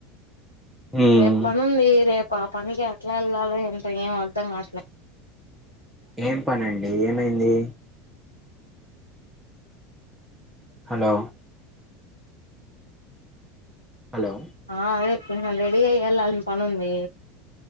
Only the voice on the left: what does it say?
రేపు పని ఉంది రేపు ఆ పనికి ఎట్లా వెళ్ళాలి ంట ఏం అర్తం కాట్లే
ఆ అదే రెడీ అయి వెళ్ళాలి పనుంది